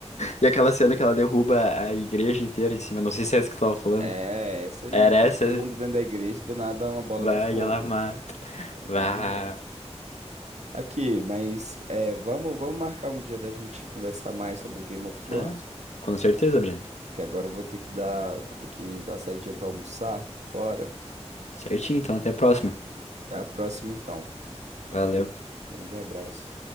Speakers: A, on the left (about 80°); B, on the right (about 80°).
A: E aquela cena que ela derruba a igreja inteira em cima, não sei se é essa que tu tava falando.
B: É, essa aí,
A: Era
B: tá
A: essa?
B: todo mundo dentro da igreja, do nada uma bola
A: Vai,
B: de fogo.
A: ela mata.
B: Tem
A: Vá.
B: mais ninguém. Aqui, mas é, vamos, vamos marcar um dia da gente conversar mais sobre Game of Thrones?
A: Ah, <laughs> com certeza, Breno.
B: Que agora eu vou ter que dar, vou ter que dar uma saidinha pra almoçar fora.
A: Certinho, então até a próxima.
B: Até a próxima, então.
A: Valeu.
B: Grande grande abraço.